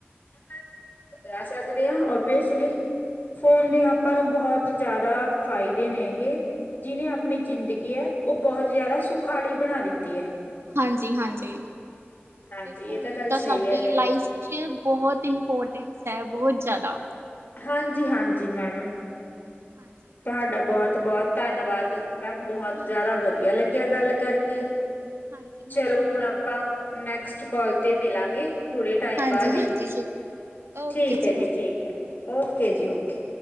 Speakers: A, on the left; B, on the right.
A: ਹਾਂਜੀ ਕਹਿ ਸਕਦੇ ਹਾਂ ਓਵੀਅਸਲੀ ਫੋਨ
B: ਹਾਂਜੀ,
A: ਦੇ ਆਪਾਂ ਨੂੰ ਬਹੁਤ ਜ਼ਿਆਦਾ ਫਾਇਦੇ ਨੇਗੇ ਜਿਹਨੇ ਆਪਣੀ ਜ਼ਿੰਦਗੀ ਹੈ ਉਹ ਬਹੁਤ ਜ਼ਿਆਦਾ ਸੁਖਾਲੀ ਬਣਾ ਦਿੱਤੀ ਹੈ
B: ਹਾਂਜੀ ਹਾਂਜੀ
A: ਹਾਂਜੀ
B: ਤੇ ਫੋਨ
A: ਇਹ ਗੱਲ
B: ਤਾਂ
A: ਸਹੀ
B: ਸਾਡੀ
A: ਹੈ ਗ
B: ਲਾਈਫ ਚ ਬਹੁਤ ਇੰਪੋਰਟੈਂਸ ਹੈ ਬਹੁਤ ਜ਼ਿਆਦਾ
A: ਹਾਂਜੀ ਹਾਂਜੀ ਮੈਮ
B: ਹਾਂਜੀ,
A: ਤੁਹਾਡਾ ਬਹੁਤ ਬਹੁਤ ਧੰਨਵਾਦ ਮੈਮ ਬਹੁਤ
B: ਹਾਂਜੀ।
A: ਜ਼ਿਆਦਾ ਵਧੀਆ ਲੱਗੀ ਿਆ ਗੱਲ ਕਰਕੇ
B: ਹਾਂਜੀ ਮੈਨੂੰ
A: ਚਲੋ ਹੁਣ
B: ਵੀ
A: ਆਪਾਂ ਨੈਕਸਟ ਕਾਲ ਤੇ ਮਿਲਾਂਗੇ ਥੋੜੇ ਟਾਈਮ
B: ਹਾਂਜੀ
A: ਬਾਅਦ
B: ਹਾਂਜੀ
A: ਹੀ
B: ਜੀ ਓਕੇ
A: ਠੀਕ ਹੈ ਜੀ
B: ਓਕੇ
A: ਠੀਕ ਹੈ
B: ਓ
A: ਓਕੇ ਜੀ ਓਕੇ,